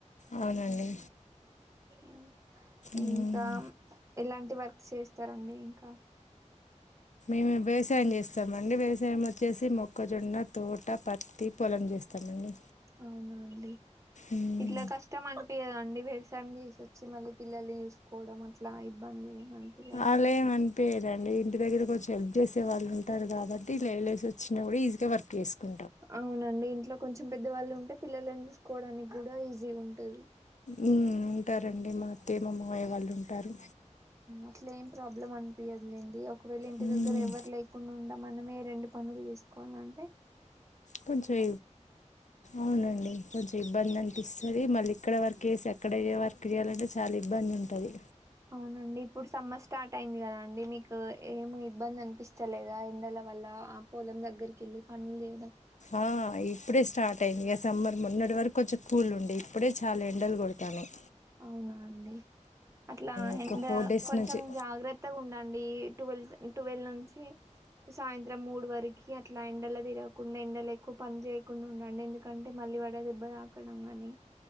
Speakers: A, on the left; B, on the right.
A: అవునండి
B: ఉమ్
A: మ్మ్
B: ఇంకా ఇలాంటి వర్క్ చేస్తారండి ఇంకా
A: మేము వ్యవసాయం చేస్తామండి వ్యవసాయం వచ్చేసి మొక్కజొన్న తోట పత్తి పొలం చేస్తామండి
B: అవునా అండి
A: మ్మ్
B: ఇట్లా కష్టం అనిపియ్యదా అండి వ్యవ పని చేసి వచ్చి మళ్ళీ పిల్లల్ని చూసుకోవడం అట్లా ఇబ్బంది ఏం అనిపియదా
A: అలా
B: అండి
A: ఏం అనిపియ్యదండి ఇంటి దగ్గర కొంచెం హెల్ప్ చేసే వాళ్ళు ఉంటారు కాబట్టి లేసి వచ్చినా కూడా ఈజీగా వర్క్ చేసుకు
B: అవునండి ఇంట్లో కొంచెం పెద్దవాళ్ళు ఉంటే పిల్లలని చూసుకోవడానికి కూడా ఈజీగా ఉంటది
A: ఉమ్ ఉంటారండి మా అత్తయ్య మా మామయ్య వాళ్ళు ఉంటారు
B: అట్లా ఏం ప్రాబ్లం అనిపియ్యదు లేండి ఒకవేళ ఇంటి
A: ఉమ్
B: దగ్గర ఎవరు లేకుండా ఉండ మనమే రెండు పనులు చేసుకోవాల అంటే
A: కొంచెం అవునండి కొంచెం ఇబ్బంది అనిపిస్తది మళ్ళీ ఇక్కడ వర్క్ ఏసి అక్కడ వర్క్ చేయాలంటే చాలా ఇబ్బంది ఉంటది
B: అవునండి ఇప్పుడు సమ్మర్ స్టార్ట్ అయింది కదా అండి మీకు ఏమి ఇబ్బంది అనిపిస్తలేదా ఎండల వల్ల ఆ పొలం దగ్గరికి వెళ్ళి పనులు చే
A: ఆ ఇప్పుడే స్టార్ట్ అయింది ఇక సమ్మర్ మొన్నటి వరకు కొంచెం కూల్ ఉండే ఇప్పుడే చాలా ఎండలు కొడతానయి
B: అవునా అండి అట్లా
A: ఒక
B: ఎండ
A: ఫోర్ డేస్
B: కొంచెం
A: నుంచి
B: జాగ్రత్తగా ఉండండి ట్వెల్త్ టువెల్ నుంచి సాయంత్రం మూడు వరకు అట్లా ఎండల తిరగకుండా ఎండల ఎక్కువ పని చేయకుండా ఉండండి ఎందుకంటే మళ్ళీ వడ దెబ్బ తాకడం గాని